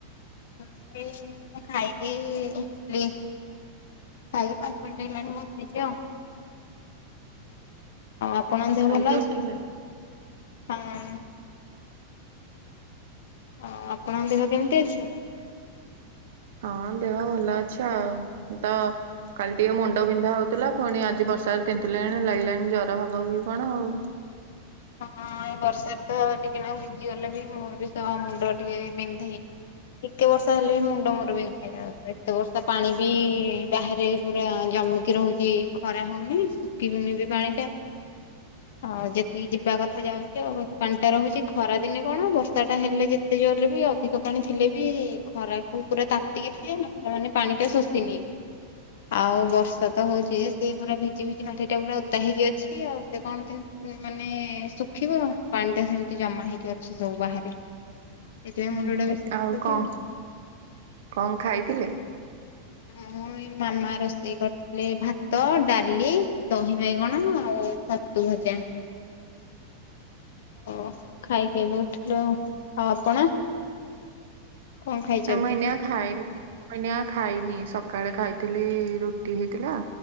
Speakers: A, on the left (about 55°); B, on the right (about 55°).
A: <unintelligible> ଖାଇଗି ଉଠିଲ ଖାଇ ପା <unintelligible> ହଁ ଆପଣ ଦେହ
B: ଖାଇକି
A: ଭଲ ଅଛି
B: ଉଠିଲେ?
A: ହଁ। ଅ ଆପଣଙ୍କ ଦେହ କେମିତି ଅଛି?
B: ହଁ ଦେହ ଭଲ ଅଛି ଆଉ ତ କାଲି ଟିକେ ମୁଣ୍ଡ ବିନ୍ଧା ହଉଥିଲା ପୁଣି ଆଜି ବର୍ଷାରେ ତିନ୍ତିଲେଣି ଲାଗିଲାଣି ଜର ହବ କି କଣ ଆଉ।
A: ହଁ ଏ ବର୍ଷାରେ ତ ଟିକେ ନାଗୁ ଭିଜିଗଲେ ବି ମୋର ବି ମୁଣ୍ଡ ସିଏ ବିନ୍ଧେ। କେତେ ବର୍ଷ ହେଲେ ବି ମୁଣ୍ଡ ମୋର ବିନ୍ଧେ ଏତେ ବର୍ଷା ପାଣି ବି ବାହାରେ ପୁରା ଜମିକି ରହୁଛି। କି ଖରା ହଉନି ଶୁଖିବନି ବି ପାଣି ଟା ଆଉ ଯେ ଟି ଯିବା କଥା ଯାଉଛି ଆଉ ବା ପାଣି ଟା ରହୁଛି ଖରା ଦିନେ କଣ ବର୍ଷା ଟା ହେଲେ ଯେତେ ଜୋରରେ ବି ଆଉ ଅଧିକ ପାଣି ଥିଲେ ବି ଖରାକୁ ପୁରା ତାତିକି ଥାଏ ମାନେ ପାଣି ଟା ଶୋଷିନିଏ। ଆଉ ବର୍ଷା ତ ହଉଛି ସେ ପୁରା ଭିଜି ଭିଜି ମାଟି ଟା ପୁରା ଓଦା ହେଇକି ଅଛି। ନ୍ତି ଆଉ ସେ କଣ ନ୍ତି ମାନେ ଶୁଖିବ ପାଣି ଟା ସେମିତି ଜମା ହେଇକି ଅଛି ସବୁ ବାହାରେ। ଏଇଥି ପାଇଁ
B: ହୁଁ
A: ମୁଣ୍ଡ
B: ହୁଁ
A: ଟା ବେଶି ବିନ୍ଧୁଚି
B: କଣ
A: ଆଉ।
B: କଣ ଖାଇଥିଲେ?
A: ମୁଁ ଏଇ ମାମା ରୋଷେଇ କରିଥିଲେ ଭାତ ଡାଲି ଦହି ବାଇଗଣ ଆଉ ଛାତୁ ଭଜା। ଓ ଖାଇକି ଏବେ ଉଠିଲୁ ଆଉ ଆଉ ଆପଣ? କଣ ଖାଇଛନ୍ତି?
B: ନା ମୁଁ ଏଇନା ଖାଇନି ମୁଁ ଏଇନା ଖାଇନି ସକାଳେ ଖାଇଥିଲି ରୁଟି ହେଇଥିଲା।